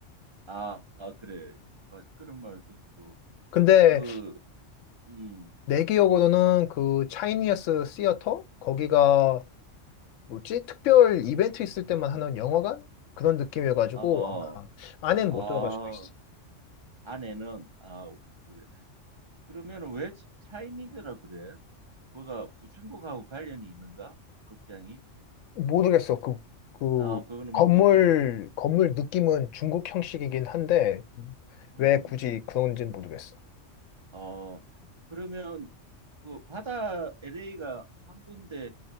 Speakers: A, on the right; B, on the left.
A: 아, 아, 그래. 맞아. 그런 말 듣고,
B: 근데
A: 그, 음,
B: 내 기억으로는 그 차이니어스 시어터? 거기가 뭐지? 특별 이벤트 있을 때만 하는 영화관? 그런 느낌이어가지고
A: 아, 어,
B: 아마 안에는
A: 아,
B: 못 들어갈 수도 있어.
A: 아내는, 아, 그래. 그러면 왜 차- 차이니즈라 그래? 뭐가 중국하고 관련이 있는가? 그 극장이?
B: 모르겠어. 그, 그
A: 아, 그거는
B: 건물,
A: 모르겠고.
B: 건물 느낌은 중국 형식이긴 한데 왜
A: 음,
B: 굳이 그런지는 모르겠어.
A: 어, 그러면 그 바다, LA가 한 군데,